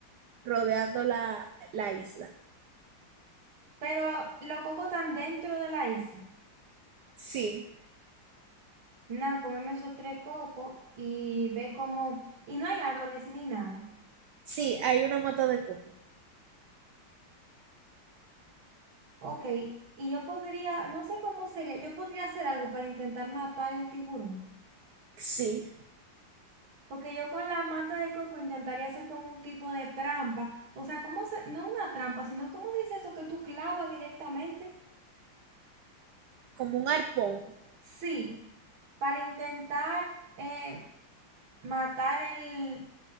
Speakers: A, on the right; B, on the right.
A: rodeando la, la isla.
B: Pero los cocos están dentro de la isla.
A: Sí,
B: Nada, comemos esos tres cocos y ve cómo... Y no hay árboles ni nada.
A: sí, hay una mata de coco.
B: Ok, y yo podría, no sé cómo sería, yo podría hacer algo para intentar matar el tiburón.
A: Sí,
B: Porque yo con la mata de coco intentaría hacer como un tipo de trampa. O sea, ¿cómo se, no una trampa, sino cómo se dice eso que tú clavas directamente?
A: como un arpón.
B: Sí. para intentar eh, matar el,